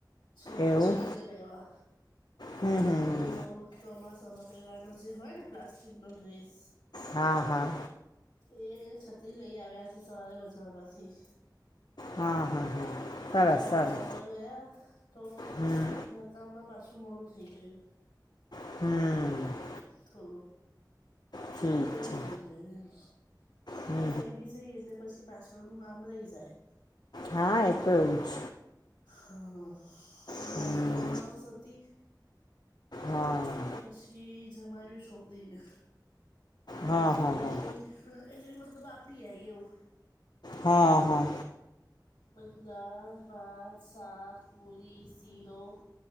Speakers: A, on the left; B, on the left.
A: છત્રીને
B: એવું
A: લેવા.
B: હમ હમ
A: પેલો ચોમાસામાં પહેરવાનો જે હોય ને પ્લાસ્ટિક નો ડ્રેસ.
B: હા હા
A: એ છત્રી લઇ આવ્યા છે સવારે બજારમાંથી
B: હા હા હા સરસ
A: તો
B: સરસ
A: બજારમાં ગયા તો
B: હમ
A: ઘરકામમાં પાછું મોડું થઈ ગયું.
B: હમ
A: થોડું
B: ઠીક
A: એવું
B: છે
A: થઈ ગયું એમ
B: હમ
A: કઈ બીજ જઈએ એટલે પછી પાછળનું આમ રહી જાય.
B: હા એ તો એવું જ.
A: હા અને
B: હમ
A: આજે તો અમાવસ હતી.
B: હા
A: તો પછી જ અમારી છોકરીને મતલબ
B: હા
A: ઘરે
B: હા હા
A: એને મતલબ આપી આએ એવુ
B: હા હા
A: બઘુ દાર, ભાત, સાક, પૂરી, શીરો